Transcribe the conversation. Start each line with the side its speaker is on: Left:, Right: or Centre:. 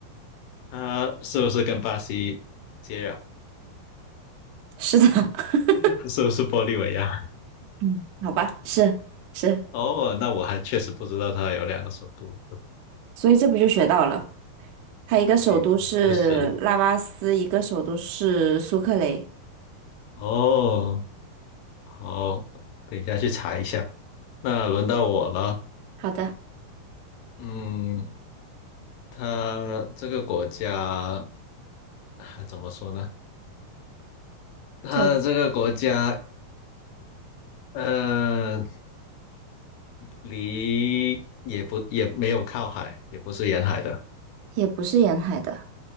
Left: 它是不是跟巴西接壤？
Right: 是的，<laughs>
Left: <laughs> 是不是玻利维亚？
Right: 嗯，好吧，是是，
Left: 哦，那我还确实不知道它有两个首都。不
Right: 所以这不就学到了？它一个首都是拉巴斯，
Left: 可以，嗯，知识。
Right: 一个首都是苏克雷。
Left: 哦，好，等一下去查一下。那轮到我了。
Right: 好的，
Left: 嗯，它这个国家 <sighs> 啊怎么说呢？它这个国家
Right: 这个
Left: 呃，离也不也没有靠海，也不是沿海的。
Right: 也不是沿海的，